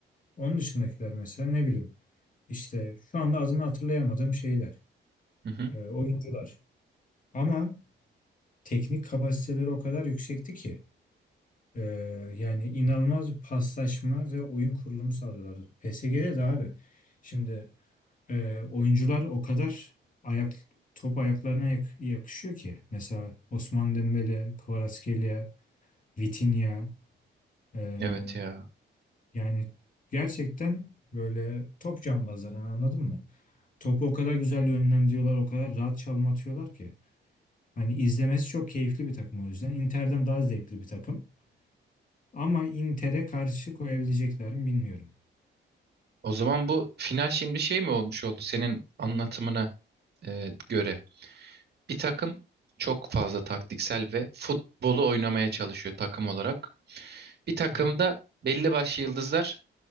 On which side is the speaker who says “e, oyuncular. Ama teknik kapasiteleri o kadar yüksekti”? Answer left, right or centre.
Left